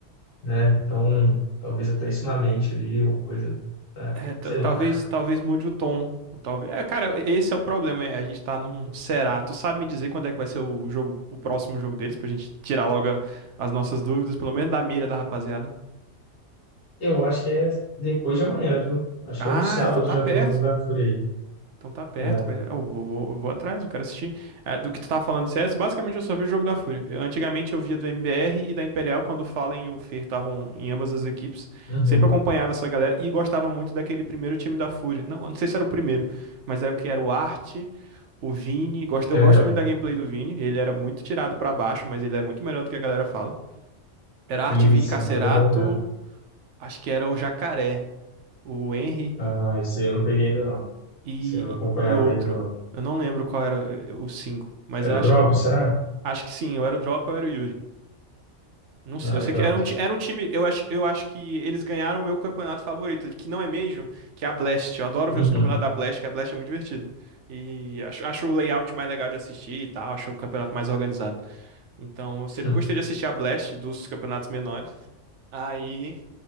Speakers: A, on the left (about 50°); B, on the right (about 70°).
A: né? Então, talvez até isso na mente ali, uma coisa, né?
B: É, ta-
A: Sei lá.
B: talvez, talvez mude o tom. Ou Talvez. É, cara, esse é o problema. é, A gente tá num será. Tu sabe me dizer quando é que vai ser o jogo, o próximo jogo deles, pra gente tirar logo a- as nossas dúvidas, pelo menos da mira da rapaziada.
A: Eu acho que é depois de amanhã, viu? Acho
B: Ah,
A: que é no sábado
B: então tá
A: já
B: perto.
A: tem um jogo da Fúria aí.
B: Então tá perto,
A: É,
B: vai. Eu vou, vou, vou atrás, eu quero assistir. Ah, do que tu tava falando de CS, basicamente eu só vi o jogo da Fúria. Eu- antigamente eu via do MBR e da Imperial, quando o Fallen e o Fer estavam em ambas as equipes.
A: uhum.
B: Sempre acompanhava essa galera e gostava muito daquele primeiro time da Fúria. Não, eu não sei se era o primeiro, mas era o que era o Art, o Vini. Gosto, eu
A: É,
B: gosto
A: o
B: muito da gameplay do Vini. Ele era muito tirado pra baixo, mas ele é muito melhor do que a galera fala. Era Art,
A: Linguição,
B: Vini, Cacerato,
A: olha, é bom mesmo.
B: acho que era o Jacaré, o Henry
A: Ah, isso aí eu não peguei ainda não.
B: e,
A: Isso aí eu não acompanhava
B: e outro.
A: ainda não.
B: Eu não lembro qual era eh, os cinco, mas
A: Era
B: eu acho
A: o Drop,
B: que
A: será?
B: acho que sim, eu era o Drop, eu era o Yuri. Não sei,
A: Ah,
B: eu
A: legal.
B: sei que era um, ti- era um time, eu acho, eu acho que eles ganharam o meu campeonato favorito, que não é Major, que é a Blast. Eu adoro ver
A: Uhum.
B: os campeonatos da Blast, que a Blast é muito divertida. E acho, acho o layout mais legal de assistir e tal, acho o campeonato mais organizado. Então, eu sempre
A: <laughs>
B: gostei de assistir a Blast dos campeonatos menores. Aí